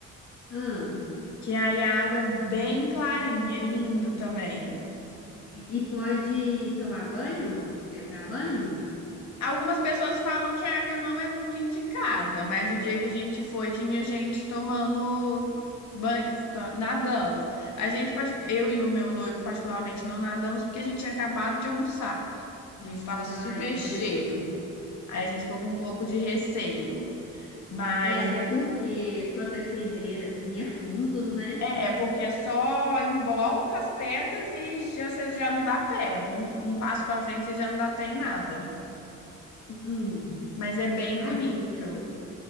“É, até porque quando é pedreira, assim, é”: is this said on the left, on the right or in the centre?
Left